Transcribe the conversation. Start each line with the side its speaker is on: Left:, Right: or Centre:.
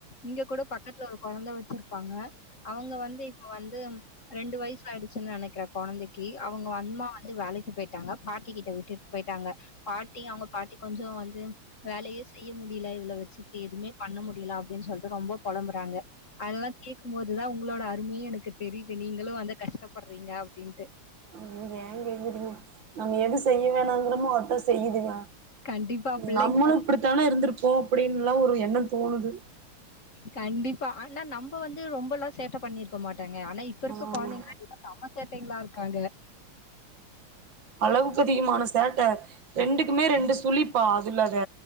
Left: இங்க கூட பக்கத்துல ஒரு கொழந்த வச்சிருப்பாங்க அவங்க வந்து இப்ப வந்து ரெண்டு வய்ஸ் ஆயிடிச்சின் நனைக்கற கொழந்தைகி அவங்க அன்மா வந்து வேலைக்கி போயிட்டாங்க பாட்டி கிட்ட விட்டுட் போயிட்டாங்க பாட்டி அவங்க பாட்டி கொஞ்ஜோ வந்து வேலையே செய்ய முடில இவ்ள வச்சிகிட்டு எதுவுமே பண்ண முடில அப்டின் சொல்டு ரொம்ப பொளம்புறாங்க அதெல்லா கேட்கும் போதுதா உங்களோட அருமையே எனக்கு தெரியுது நீங்களு வந்து கஷ்டபற்றீங்க அப்டீன்டு
Right: ம் ஏ கேக்குறீங்க நம்ம எது செய்ய வேணாங்கிறமோ அத்தா செய்யுது மா
Left: கண்டிப்பா பிள்ளைங்க
Right: நம்ளு இப்டித்தான இருந்திருப்போ அப்டின்லா ஒரு எண்னோ தோணுது
Left: கண்டிப்பா ஆனா நம்ப வந்து ரொம்பலா சேட்ட பண்ணிருக்க மாட்டங்க ஆனா இப் இப்பருக்க
Right: ஆமா
Left: கொழந்தைங்ளா இல்ல சம சேட்டைங்களா இருக்காங்க
Right: அளவுக் அதிகமான சேட்ட ரெண்டுக்குமே ரெண்டு சுளிப்பா அது இல்லாத